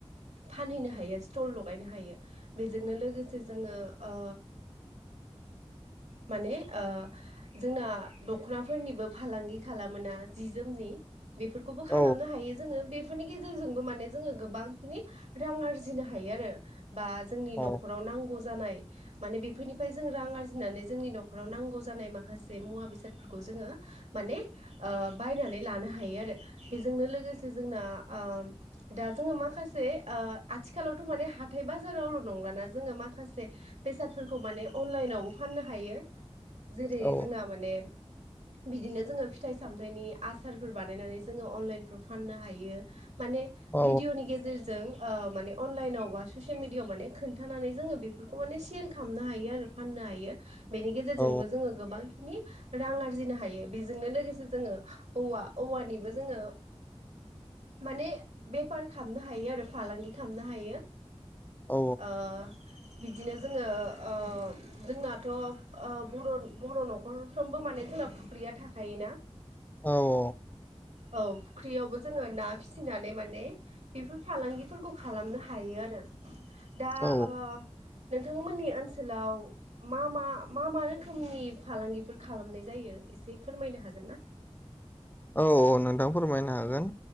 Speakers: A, on the right (about 85°); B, on the left (about 15°).
A: फानहैनो हायो स्टल लगायनो हायो। बेजोंनो लोगोसे जोङो ओ माने ओ जोंना दख'नाफोरनिबो फालांगि खालामोना जि जोमनि। बेफोरखौबो खालामनो
B: औ
A: हायो जोङो। बे फोरनि गेजेरजोंबो माने जोङो गोबांखिनि रां आरजिनो हायो आरो। बा जोंनि
B: औ
A: न'खराव नांगौ जानाय माने बेफोरनिफाय जों रां आरजिनानै जोंनि न'खराव नांगौ जानाय मा खासे मुवा बेसादफोरखौ जोङो माने ओ बायनानै लानो हायो आरो बेजोंनो लो गोसे जोंना ओम दा जोङो माखासे ओ आथिखालावथ' माने हाथाय बाजारावल' नंला ना जोङो माखासे बेसाद फोरखौ माने अनलाइन आवबो फान्नो हायो। जेरै
B: औ
A: जोंना माने बिदिनो जोङो फिथाइ सामथाइनि आसारफोर बानायनानै जोङो अनलाइनफ्राव फाननो हायो। माने
B: औ
A: भिडिअ'नि गेजेरजों ओ‌ माने अनलाइनाव बा ससियेल मिडियायाव माने खोन्थानानै जोङो बेफोरखौ माने सेल खामनो हायो आरो फान नो हायो। बेनि गेजेरजोंबो
B: औ
A: जोङो गोबां नि रां आरजिनो हायो। बेजोंनो लोगोसे जोङो औवा, औवानिबो जोङो माने बेपार खामनो हायो आरो फालांगि खामनो हायो।
B: औ
A: ओ बिदिनो जोङो ओ जोंनाथ' ओ बर' बर' न' खरफ्रोमबो माने जोंना फुख्रिया थाखायोना।
B: औ औ।
A: औ फुख्रियावबो जोङो ना फिसिनानै माने बेफोर फालांगिफोरखौ खालामनो हायो आरो। दा
B: औ
A: ओ नों थांमोननि ओनसोलाव मा मा मा मा रोखोमनि फालांगिफोर खालामनाय जायो? एसे फोरमायनो हागोन ना?
B: औ औ नोंथां फोरमायनो हागोन